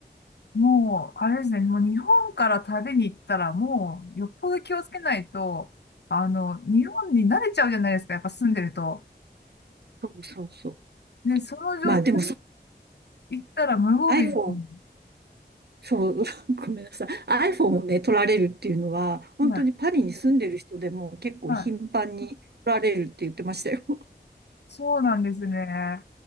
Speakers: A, on the left; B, on the right.
A: もう、あれですね、もう日本から旅に行ったら、もう、よっぽど気をつけないと、あの、日本に慣れちゃうじゃないですか、やっぱ住んでると。
B: そうそうそう。
A: で、その状態
B: まあでもそ、
A: 行ったら無防備、
B: iPhone、
A: うん
B: そう、<laughs> ごめんなさい。iPhone をね、取られるっていうのは、本当にパリに住んでる人でも結構頻繁に取られるって言ってましたよ。
A: はい。はい。そうなんですね。